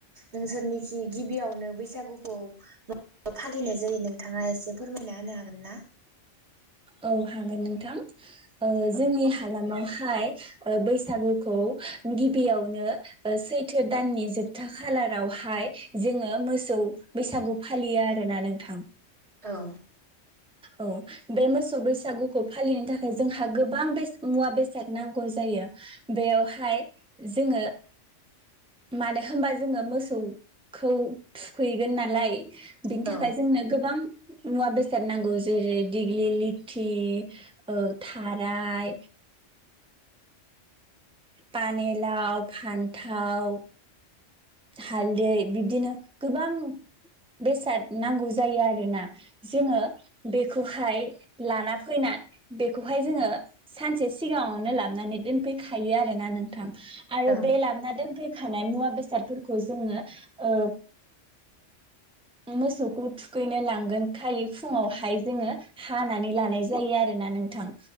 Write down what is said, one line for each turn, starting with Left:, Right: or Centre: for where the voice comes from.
Right: नोंसोरनिखि गिबियावनो बैसागुखौ मा फालिनाय जायो नोंथाङा एसे फोरमायना होनो हागोन ना?
Centre: औ हागोन नोंथां ओ
Right: औ
Centre: जोंनि हालामाव हाय ओ बैसागुखौ गिबियावनो ओ सैथ्र' दाननि जोबथा खालारावहाय जोङो मोसौ बैसागु फालियो आरोना नोंथां ।
Right: औ
Centre: औ बे मोसौ बैसागुखौ फालिनो थाखाय जोंहा गोबां बे मुवा-बेसाद नांगौ जायो बेयावहाय जोङो मानो होनबा जोङो मोसौखौ थुखैगोन नालाय बिनि
Right: औ
Centre: थाखाय जोंनो गोबां मुवा बेसाद नांगौ जेरै दिग्लि लिथि ओ थाराय पानि लाव फानथाव हालदै बिब्दिनो गोबां बेसाद नांगौ जायो आरोना । जोङो बे बेखौहाय लाना फैनानै बेखौहाय जोङो सानसे सिगाङावनो लाबोनानै दोनफैखायो आरो ना नोंथां आरो
Right: औ
Centre: बे लाबोना दोनफै खानाय मुवा बेसादफोरखौ जोङो ओ मोसौखौ थुखैनो लांगोन खालि फुङावहाय जोङो हानानै लानाय जायो आरो आरो ना नोंथां